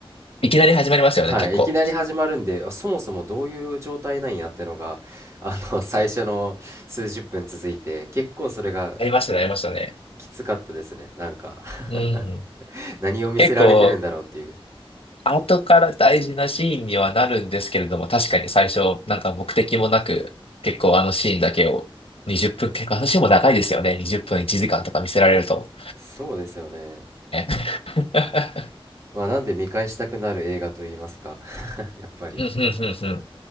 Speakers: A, on the left; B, on the right.
A: いきなり始まりますよね、
B: はい、
A: 結構。
B: いきなり始まるんで、あそもそもどういう状態なんやってのが、あの、<laughs> 最初の数十分続いて、結構それが
A: ありましたね、ありましたね。
B: きつかったですね。なんか
A: うん。
B: <laughs> 何を見せられてるんだろうっていう。
A: 結構、後から大事なシーンにはなるんですけれども、確かに最初、なんか目的もなく、結構あのシーンだけを20分、結構あのシーンも長いですよね。20分1時間とか見せられると。
B: そうですよね。
A: ね <laughs>
B: まあ、なんで見返したくなる映画と言いますか、<laughs> やっぱり。
A: うんうんうんう